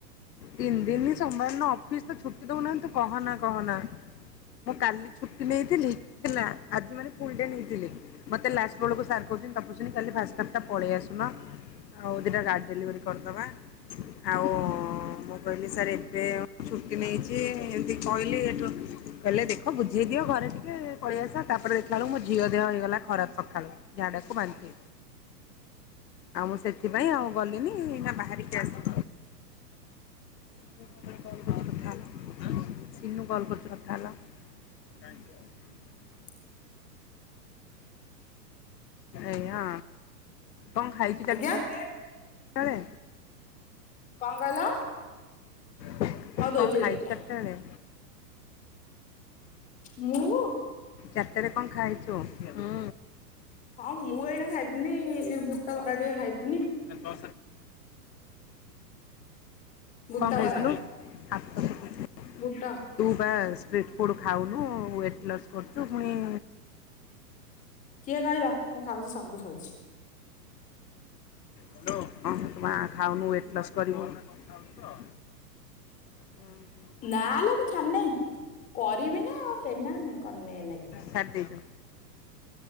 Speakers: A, on the left; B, on the left.
A: ତିନି ଦିନି ସୋମବାର ନା ଅଫିସ ତ ଛୁଟି ଦଉନାହାନ୍ତି କହନା କହନା। ମୁଁ କାଲି ଛୁଟି ନେଇଥିଲି, ହେଲା ଆଜି ମାନେ ଫୁଲ ଡେ ନେଇଥିଲି। ମତେ ଲାଷ୍ଟ ବେଳକୁ ସାର କହୁଛନ୍ତି ତପସ୍ବିନୀ କାଲି ଫାଷ୍ଟ ଷ୍ଟପ ଟା ପଳେଇ ଆସୁନ। ଆଉ ଦିଟା ଗାଡି ଡେଲିଭରି କରିଦବା। ଆଉ ମୁଁ କହିଲି ସାର୍ ଏବେ ଆଉ ଛୁଟି ନେଇଚି ଏମିତି କହିଲି ଏଠୁ କହିଲେ ଦେଖ ବୁଝେଇ ଦିଅ ଘରେ ଟିକେ ପଳେଇଆସ ତାପରେ ଦେଖିଲାବେଳକୁ ମୋ ଝିଅ ଦେହ ହେଇଗଲା ଖରାପ ସଖାଳୁ। ଝାଡାକୁ ବାନ୍ତି।
B: <inaudible>
A: ଆଉ ମୁଁ ସେଥିପାଇଁ ଆଉ ଗଲିନି ଏଇନା ବାହାରିକି ଆସିଲି।
B: <inaudible>
A: <unintelligible> ହେଲା ସିନୁ କଲ୍ କରୁଛ କଥା ହେଲା। କଁ <unintelligible>
B: <inaudible>
A: ଏୟା କଣ ଖାଇଛ?
B: ଆଜ୍ଞା।
A: ତଳେ
B: କଣ କହିଲ?
A: କଣ
B: ହଉ ଦଉଛି ଏଗାର
A: ଖାଇଛ ଚାରିଟା
B: ଟା
A: ବେଳେ?
B: ମୁଁ।
A: ଚାରିଟାରେ କଣ ଖାଇଚୁ? ହୁଁ।
B: ହଁ ମୁଁ ଏଇନା ଖାଇଥିନି ବୁଟ ବରା ଟିକେ ଖାଇଥିନି।
A: <unintelligible> କଣ
B: ବୁଟ
A: ଖାଇଥିଲୁ?
B: ବରା
A: <unintelligible>
B: ବୁଟ।
A: ତୁ ବା ଷ୍ଟ୍ରିଟ୍ ଫୁଡ଼ ଖାଉନୁ ୱେଟ୍ ଲସ୍ କରୁଛୁ ପୁଣି
B: କିଏ କହିଲା ମୁଁ ଖାଉଛି ସବୁ ଖାଉଛି।
A: ହେଲୋ। ହଁ ତୁପା ଖାାଉନୁ ୱେଟ ଲସ କରିବୁ। କଥାହେଉଛୁତ। ଅଁ।
B: ନା ଲୋ ମୁଁ ଛାଡ଼ି ନାହିଁ କରିବିନା ଆଉ ଏନା ନୁହେଁ କରିନେଇଏଇନା କେ-
A: ଛାଡି ଦେଇଛ।